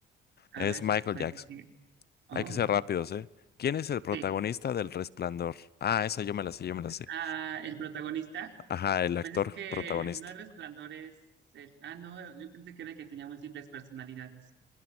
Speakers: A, on the left; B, on the right.
A: Es
B: A ver,
A: Michael
B: la
A: Jackson.
B: que sigue. Oh.
A: Hay que ser rápidos, ¿eh? ¿Quién es el protagonista
B: Sí.
A: del Resplandor? Ah, esa yo me la sé, yo me la sé.
B: Ah, el protagonista,
A: Ajá, el actor
B: pues es que
A: protagonista.
B: no es Resplandor, es el... Ah, no, yo pensé que era el que tenía múltiples personalidades.